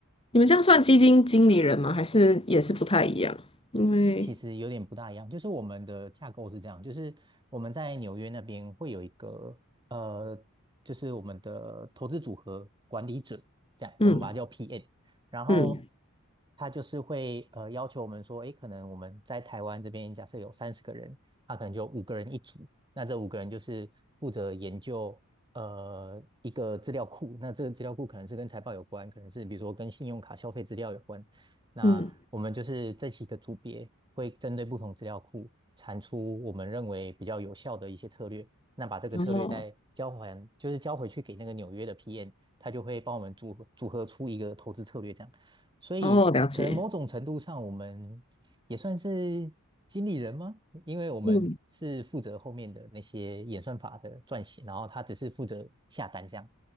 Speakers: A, on the left (about 25°); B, on the right (about 20°).
A: 你们这样算基金经理人吗？还是也是不太一样？因为
B: 诶其实有点不大一样，就是我们的架构是这样，就是我们在纽约那边会有一个呃，就是我们的投资组合管理者，这样我们把它叫
A: 嗯
B: PM，然后
A: 嗯
B: 他就是会呃要求我们说，诶，可能我们在台湾这边假设有三十个人，他可能就五个人一组，那这五个人就是负责研究呃一个资料库，那这个资料库可能是跟财报有关，可能是比如说跟信用卡消费资料有关。那我们就是这几个组别会针对不同资料库产出我们认为比较有效的一些策略，
A: 嗯，
B: 那把这个策略再交还，
A: 哦，
B: 就是交回去给那个纽约的 PM，他就会帮我们组合组合出一个投资策略这样。所以可能某种程度上，
A: 哦，了解。
B: 我们也算是经理人吗？因为我们是负责后面的那些演算法的撰写，
A: 嗯，
B: 然后他只是负责下单这样。